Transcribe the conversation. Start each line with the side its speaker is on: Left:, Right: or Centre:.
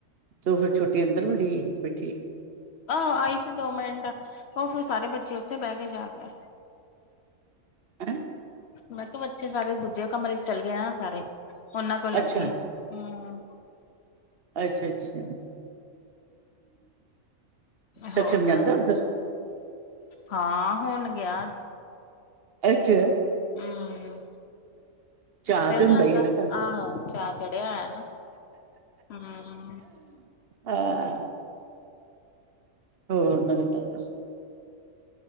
Right: ਤੇ ਉਹ ਫਿਰ ਛੋਟੀ ਅੰਦਰ ਵੜੀ, ਬੈਠੀ
Left: ਆਹੋ ਆਈ ਸੀ ਦੋ ਮਿੰਟ, ਉਹ ਫਿਰ ਸਾਰੇ ਬੱਚੇ ਉੱਥੇ ਬਹਿ ਕੇ ਜਾ ਕੇ
Right: ਹੈਂ।
Left: ਮੈਂ ਕਿਹਾ ਬੱਚੇ ਸਾਰੇ ਦੂਜੇ ਕਮਰੇ ਚ ਚਲੇ ਗਏ ਨਾ ਸਾਰੇ, ਉਹਨਾਂ ਕੋਲ ਲੱਗੇ
Right: ਅੱਛਾ
Left: ਆ ਹਮ
Right: ਅੱਛਾ-ਅੱਛਾ ਹੂ
Left: ਹੋਰ
Right: ਸਸ਼ਮ
Left: ਸੁਣਾ
Right: ਜਾਂਦਾ ਉੱਧਰ
Left: ਹਾਂ ਹੁਣ ਗਿਆ
Right: ਅੱਛਾ।
Left: ਹੂ
Right: ਚਾਅ
Left: ਚਲ
Right: ਤੇ ਹੁੰਦਾ
Left: ਜਾਂਦਾ,
Right: ਹੀ ਹੈ ਨਾ ਘਰ
Left: ਆਹੋ ਚਾਰ ਚੜਿਆ ਹੋਇਆ ਨਾ। ਹਾਂ। <inaudible>
Right: ਹਾਂ। ਹੋਰ ਨਵੀ ਤਾਜ਼ੀ ਦਸੋ